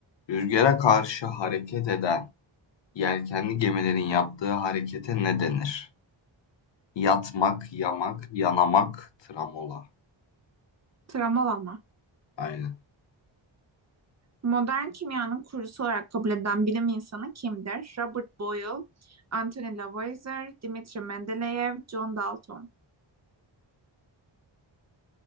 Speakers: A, on the left; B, on the right.
A: Rüzgara karşı hareket eden yelkenli gemilerin yaptığı harekete ne denir? Yatmak, yamak, yanamak, tramola.
B: Travmalama.
A: Aynen.
B: Modern kimyanın kurucusu olarak kabul edilen bilim insanı kimdir? Robert Boyle, Anthony Lavoisier, Dmitri Mendeleev, John Dalton.